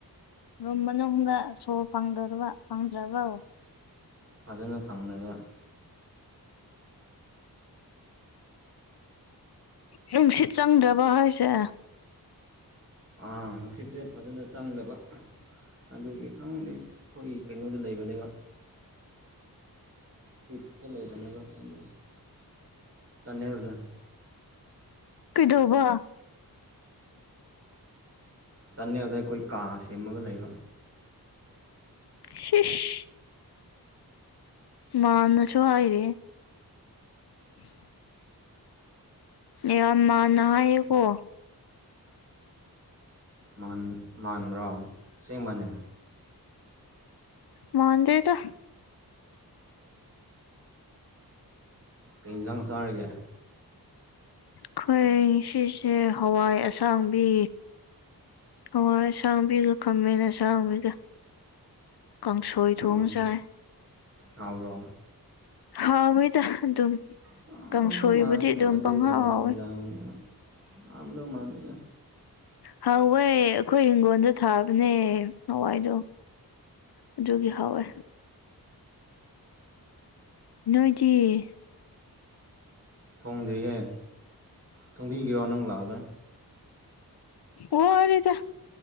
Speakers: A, on the left; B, on the right.
A: ꯔꯨꯝ ꯃꯅꯨꯡꯗ ꯁꯣ ꯐꯪꯗꯥꯔꯕ ꯐꯪꯗ꯭ꯔꯕꯣ
B: ꯐꯖꯅ ꯐꯪꯗꯕ
A: ꯅꯨꯡꯁꯤꯠ ꯆꯪꯗ꯭ꯔꯕ ꯍꯥꯏꯁꯦ
B: ꯑꯥ ꯅꯨꯡꯁꯤꯠꯁꯦ ꯐꯖꯅ ꯆꯪꯗꯕ ꯑꯗꯨꯒꯤ ꯈꯪꯗꯦ ꯑꯩꯈꯣꯏ ꯀꯩꯅꯣꯗ ꯂꯩꯕꯅꯦꯕ ꯄꯤꯠꯁꯇꯥ ꯂꯩꯕꯅꯦꯅꯕ ꯑꯩꯈꯣꯏꯗ ꯇꯅꯦꯜꯗ
A: ꯀꯩꯗꯧꯕ
B: ꯇꯅꯤꯗ ꯑꯈꯣꯏ ꯀꯥꯁ ꯁꯦꯝꯃꯒ ꯂꯩꯕ
A: ꯁꯤꯁ ꯃꯥꯟꯅꯁꯨ ꯍꯥꯏꯔꯤꯍꯦ <inaudible> ꯌꯥꯝ ꯃꯥꯟꯅ ꯍꯥꯏꯌꯦꯀꯣ
B: ꯃꯥꯟ ꯃꯥꯟꯕ꯭ꯔꯣ ꯑꯁꯦꯡꯕꯅꯦ
A: ꯃꯟꯗꯦꯗꯥ
B: ꯀꯩꯟꯖꯥꯡ ꯆꯥꯔꯒꯦ
A: ꯑꯈꯣꯏ ꯁꯤꯁꯦ ꯍꯋꯥꯏ ꯑꯁꯥꯡꯕꯤ ꯍꯋꯥꯏ ꯑꯁꯥꯡꯕꯤꯒ ꯈꯝꯃꯦꯟ ꯑꯁꯥꯡꯕꯤꯒ ꯀꯥꯡꯁꯣꯏ
B: ꯑꯥ
A: ꯊꯣꯡꯉꯥ ꯆꯥꯏ
B: ꯍꯥꯎꯕ꯭ꯔꯣ
A: ꯍꯥꯎꯋꯦꯗ ꯑꯗꯨꯝ
B: <unintelligible>
A: ꯀꯥꯡꯁꯣꯏꯕꯨꯗꯤ ꯑꯗꯨꯝ
B: ꯑꯗꯨꯒꯨꯝꯕ
A: ꯄꯪꯍꯥꯎ ꯍꯥꯎꯋꯦ
B: ꯏꯟꯖꯥꯡ <unintelligible> ꯃꯥꯟꯗꯦꯗ
A: ꯍꯥꯎꯋꯦ ꯑꯈꯣꯏ ꯍꯤꯡꯒꯣꯜꯗ ꯊꯥꯕꯅꯦ ꯍꯋꯥꯏꯗꯣ ꯑꯗꯨꯒꯤ ꯍꯥꯎꯋꯦ ꯅꯣꯏꯗꯤ
B: ꯊꯣꯡꯗ꯭ꯔꯤꯌꯦ ꯊꯣꯡꯕꯤꯒꯦꯔꯣ ꯅꯪ ꯂꯥꯛꯑꯒ
A: ꯋꯥꯔꯦꯗ